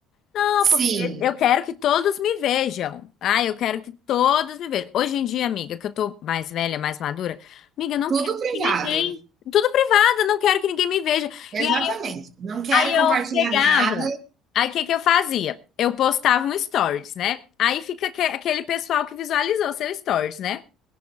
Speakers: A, on the left; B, on the right.
A: Não,
B: Sim,
A: porque eu quero que todos me vejam. Ah, eu quero que todos me vejam. Hoje em dia, amiga, que eu tô mais velha, mais madura, amiga, eu não
B: tudo
A: quero
B: privado.
A: que ninguém. Tudo privado, eu não quero que ninguém me veja.
B: Exatamente.
A: E aí,
B: Não quero
A: aí eu
B: compartilhar
A: pegava.
B: nada.
A: Aí o que que eu fazia? Eu postava um stories, né? Aí fica aque- aquele pessoal que visualizou seu stories, né?